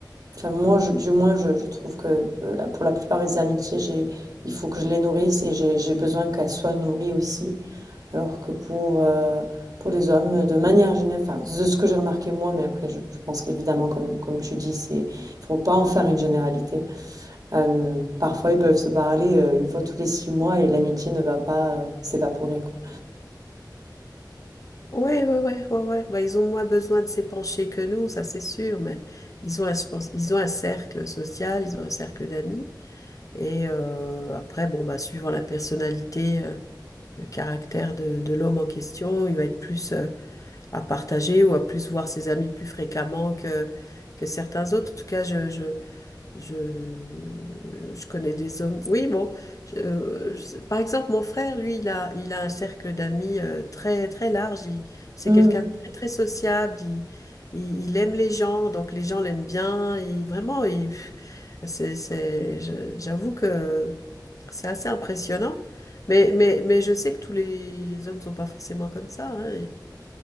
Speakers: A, on the right; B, on the left.
A: enfin moi, je- du moins, je, je trouve que euh, la- pour la plupart de mes amitiés, j'ai, il faut que je les nourrisse et j'ai, j'ai besoin qu'elles soient nourries aussi. Alors que pour, euh, pour les hommes, de manière générale, enfin, de ce que j'ai remarqué moi, mais après, je, je pense qu'évidemment, comme, comme tu dis, c'est, faut pas en faire une généralité. Euh, parfois, ils peuvent se parler euh, une fois tous les six mois et l'amitié ne va pas euh, s'évaporer, quoi.
B: Oui, oui, oui, oui, oui. Bah, ils ont moins besoin de s'épancher que nous, ça c'est sûr, mais ils ont un, je pense- ils ont un cercle social, ils ont un cercle d'amis. Et euh, après, bon, bah, suivant la personnalité, euh, le caractère de, de l'homme en question, il va être plus euh, à partager ou à plus voir ses amis plus fréquemment que, que certains autres. En tout cas, je, je, Je, je connais des hommes. Oui, bon. je- euh, je- par exemple, mon frère, lui, il a, il a un cercle d'amis euh, très, très large. Il- c'est
A: Mm.
B: quelqu'un de très, très sociable. Il, il, il aime les gens, donc les gens l'aiment bien. Il, vraiment, il, c'est, c'est, je- j'avoue que c'est assez impressionnant. Mais, mais, mais je sais que tous les hommes sont pas forcément comme ça. hein.